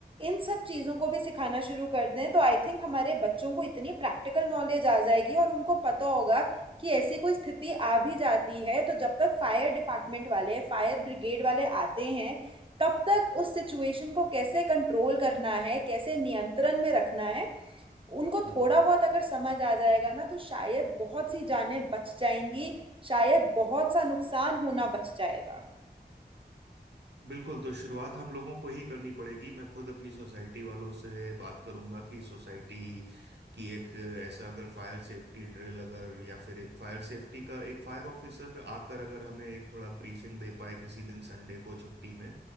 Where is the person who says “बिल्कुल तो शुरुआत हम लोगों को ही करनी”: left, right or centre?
Right